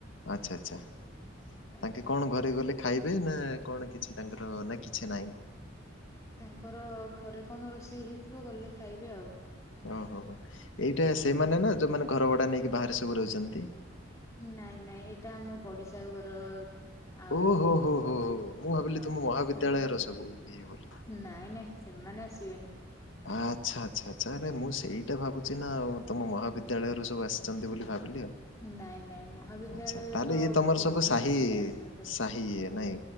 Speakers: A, on the left (about 80°); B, on the left (about 20°).
A: ଆଛା ଆଛା ତାଙ୍କେ
B: ଆଜ୍ଞା
A: କଣ ଘରକୁ ଗଲେ ଖାଇବେ ନା କଣ କିଛି ତାଙ୍କର ନା କିଛି ନାହିଁ।
B: ତାଙ୍କର ଘରେ କଣ ରୋଷେଇ ହେଇଥିବ ଗଲେ ଖାଇବେ ଆଉ।
A: ଓହୋ ହୋ ଏଇଟା ସେମାନେ ନା ଯୋଉମାନେ ଘର ଭଡା ନେଇକି ବାହାରେ ସବୁ ରହୁଛନ୍ତି।
B: ନାଇଁ ନାଇଁ ଏଇଟା ଆମ ପଡିଶା ଘର ଆଉ
A: ଓହୋ ହୋ
B: ମୁଁ
A: ହୋ ହୋ ମୁଁ ଭାବିଲି
B: ହଁ
A: ତୁମ ମହାବିଦ୍ୟାଳୟର
B: ସେମାନେ
A: ସବୁ ଇଏ ବୋଲି।
B: ନାଇଁ ନାଇଁ। ସେମାନେ ଆସିବେନି।
A: ଆଛା ଆଛା ଆଛା ଆରେ ମୁଁ ସେଇଟା ଭାବୁଛି ନା ଆଉ ତମ ମହାବିଦ୍ୟାଳୟରୁ ସବୁ ଆସିଛନ୍ତି ବୋଲି ଭାବିଲି ଆଉ।
B: ନାଇଁ ନାଇଁ ମହାବିଦ୍ୟାଳୟର
A: ଆଚ୍ଛା ତାହେଲେ ଇଏ ତମର
B: ବନ୍ଧୁ
A: ସବୁ ସାହି
B: ମାନେ କେହି ଆସନ୍ତିନି।
A: ସାହି ଇଏ ନାଇଁ